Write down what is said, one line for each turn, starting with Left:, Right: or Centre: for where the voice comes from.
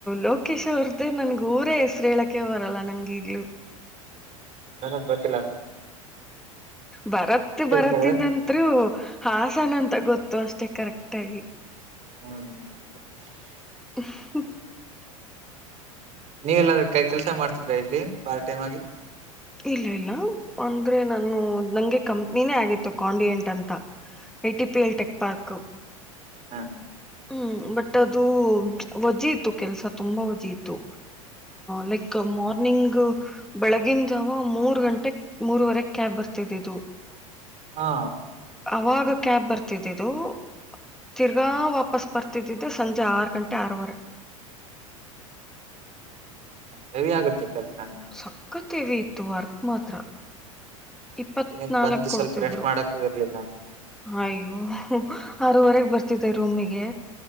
Centre: ಲೋಕೇಶ್ ಅವ್ರ ಮತ್ತೆ ನನ್ಗ ಊರ ಹೆಸರು ಹೇಳಕೆ ಬರಲ್ಲ ನಂಗೀಗ್ಲುೂ
Right: ನನಗೆ ಬತಿಲ
Centre: ಬರತ್ ಬರತ್ತಿನಂತೂ
Right: ಕೇಳ್ದೆ
Centre: ಹಾಸನ ಅಂತ ಗೊತ್ತು ಅಷ್ಟೇ ಕರೆಕ್ಟ್ ಆಗಿ
Right: ಹ್ಮ
Centre: <unintelligible>
Right: ನೀವೆಲ್ಲಾದ್ರೂ ಕೈ ಕೆಲ್ಸ ಮಾಡ್ತಿದ್ರಾ ಇಲ್ಲಿ ಪಾರ್ಟ್ ಟೈಮ್ ಆಗಿ
Centre: ಇಲ್ಲ ಇಲ್ಲ ಅಂದ್ರೆ ನಾನು ನಂಗೆ ಕಂಪ್ನಿನೇ ಆಗಿತ್ತು ಕಾಂಡಿಯೆಂಟ್ ಅಂತ ಐಟಿ ಪಿಎಲ್ ಟೆಕ್ ಪಾರ್ಕು
Right: ಹಾ
Centre: ಹ್ಮ ಬಟ್ ಅದು ವಜೆ ಇತ್ತು ಕೆಲಸ ತುಂಬಾ ವಜೆ ಇತ್ತು ಲೈಕ್ ಮಾರ್ನಿಂಗ್ ಬೆಳಗಿಂದ ಜಾವ ಮೂರು ಗಂಟೆ ಮೂರವರೆ ಕ್ಯಾಬ್ ಬರ್ತಿದಿದ್ದು
Right: ಹಾ
Centre: ಅವಾಗ ಕ್ಯಾಬ್ ಬರ್ತಿದ್ದಿದ್ದು ತಿರ್ಗಾ ವಾಪಸ್ ಬರ್ತಿದಿದ್ದು ಸಂಜೆ ಆರು ಗಂಟೆ ಆರು ವರೆ
Right: ಹೆವಿ ಆಗುತ್ತೆ ಕೆಲ್ಸ
Centre: ಸಕ್ಕತ್ ಹೆವಿ ಇತ್ತು ವರ್ಕ್ ಮಾತ್ರ ಇಪ್ಪತ್
Right: ಏನ್
Centre: ನಾಲ್ಕ್
Right: ಬಂದು
Centre: ಕೊಡ್ತಿದ್ರು
Right: ಸ್ವಲ್ಪ ರೆಸ್ಟ್ ಮಾಡಕ್ಕೂ ಇರ್ಲಿಲ್ಲ
Centre: ಅಯ್ಯೋ ಆರುವರೆಗೆ ಬರ್ತಿದ್ದೆ ರೂಮಿಗೆ